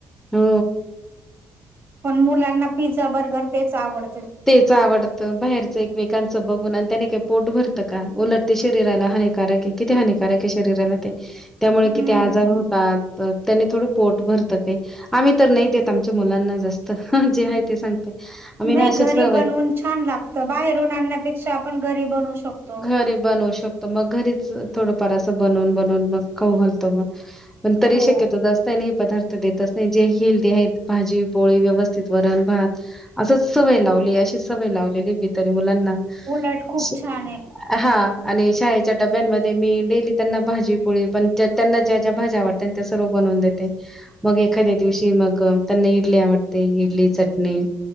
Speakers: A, in the centre; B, on the right.
A: हु
B: पण मुलांना पिझ्झा बर्गर तेच आवड
A: तेच आवडतं बाहेरच एकमेकांचं बघून न. त्याने का पोट भरतं का उलट हानिकारक किती हानिकारके शरीराला ते त्यामुळे
B: हं.
A: किती आजार होतात त्याने थोडुक पोट भरत ते आम्ही तर नाही, देत आमच्या मुलांना जास्त जे आहे ते सांगते. आमी
B: नाही
A: ना अशे
B: घरी
A: स
B: बनवून छान लागत बाहेरून आणण्यापेक्षा आपण घरी बनवू शकतो
A: घरी बनवू शकतो मग घरीच थोडंफार असं बनवून बनवून मग खाऊ घालतो मग पण तरी
B: हो.
A: शक्यतो, जास्त ना हे पदार्थ. देतच नाही जे हेलदी ते आहेत, भाजी पोळी व्यवस्थित वरण भात असच सवय लावली. मी अशी सवय लावलेली तरी मुल मुलाना
B: उलट खूप
A: स
B: छान आहे.
A: हा आणि शाळेच्या डब्यांमध्ये मी डेली त्यांना भाजी पोळी पण त्यांना ज्या ज्या भाज्या आवडतात त्या सर्व बनवून देते मग एखाद्या दिवशी मग त्यांना इडली आवडते इडली चटणी